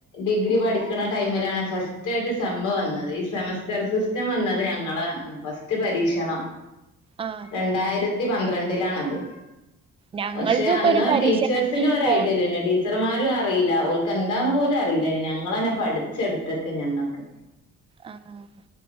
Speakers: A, on the left (about 80°); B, on the right (about 20°).
A: ഡിഗ്രി പഠിക്കണ ടൈമിലാണ് ഫസ്റ്റായിട്ട് സെമ് വന്നത് ഈ സെമസ്റ്റർ സിസ് റ്റം വന്നത് ഞങ്ങളെ ഫസ്റ്റ് പരീക്ഷണം.
B: ആഹ്
A: രണ്ടായിരത്തി പന്ത്രണ്ടിലാണത്.
B: ഞങ്ങളതും
A: പക്ഷെ
B: ഇപ്പൊ
A: അന്നാ
B: ഒരു പരീക്ഷണം
A: ടീച്ചേഴ്സിനൊരൈഡ്യലേനി
B: തന്നെ ഈ ഫോർ
A: ടീ ച്ചർമാരുറീല്ല ഓൽക്ക് എന്താന്ന് പോലും അറിലേനി ഞങ്ങളെന്നെ പഠിച്ചെട്ത്തക്കേനി അന്നൊക്കെ
B: ആഹ് ആഹ്